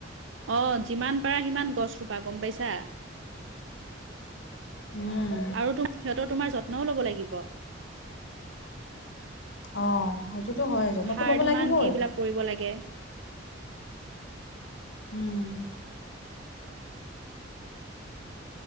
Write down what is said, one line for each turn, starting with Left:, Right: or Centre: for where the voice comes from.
Right: অ, যিমান পাৰা সিমান গছ ৰুপা, গম পাইছা?
Left: উম,
Right: আৰু তু সিহঁতৰ তোমাৰ যত্নও ল'ব লাগিব।
Left: অ, সেইটোতো হয় যত্নতো
Right: সাৰ
Left: লব
Right: কিমান
Left: লাগিবই।
Right: কি এইবিলাক কৰিব লাগে।
Left: উম।